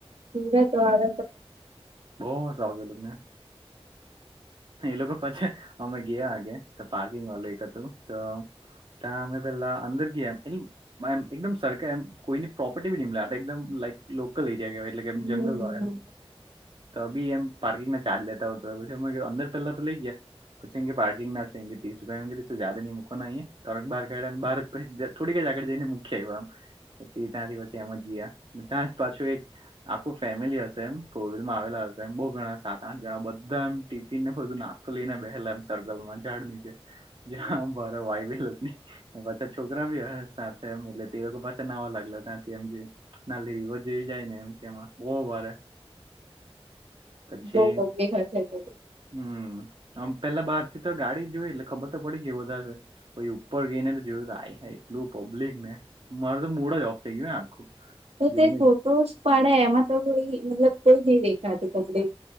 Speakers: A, on the right; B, on the right.
A: પીરે તો આરત
B: બવ હસુ આવતું તુને એ લોકો પછી અમે ગીયા આઘે પાર્કિંગ વાલુ એક હતું તો ત્યા અમે પેલા અંદર ગ્યા એટલે માં એકદમ સરખા એમ કોઈની પ્રોપર્ટી બી <unintelligible> એકદમ લાઈક લોકલ એરિયા કેવાય એટલે
A: હમ
B: કે એમ જંગલ
A: હમ
B: વાય
A: હમ
B: એમ તો બી એમ પાર્કિંગ ના ચાર્જ લેતા હોત તો પછી અમે કીધું અંદર પેલા તો લઈ ગયા પછી એમ કે પાર્કિંગ ના ત્રીસ રૂપિયા ની મૂકવાન નહીં હે તરણ બાર કાઢ બાર જ થોડીકઈ આગળ જઈને મૂકી આયવા અમે પછી ત્યાંથી પછી એમ જ ગયા તા જ પાછું એક આખું ફેમિલી હશે એમ પોવિલમાં આવેલા હશે એમ બહુ ગણા સાત આઠ જણા બધા એમ ટિફિન ને બધું નાસ્ કલીને બેહેલા એમ સર્કલ માં ઝાડ ની છે જ્યાં મારા વાયબી <unintelligible> પાછા છોકરા ભી હ સાથે એટલે તે લોકો પાસા નવા લાગલા ત્યાંથી એમ કે નલી રિવર જેવી જાય ને એમ એમાં બોહ વરે પછી
A: બહુ
B: હમ્મ
A: પબ્લિક હશે તે તો
B: આમ પેલા બહાર થી તો ગાડી જોય એટલે ખબર તો પડી ગઈ વધારે પહિ ઉપર ગઈ ને તો જોયું તો આય હાય એટલું પબ્લિક ને મારે તો મુળ જ ઓફ થઈ ગયું આખું
A: તો
B: જોઈને
A: તે ફોટોસ પડ્યા એમાં તો કોઈ મતલબ કોઈ નહી દેખાત પબ્લિક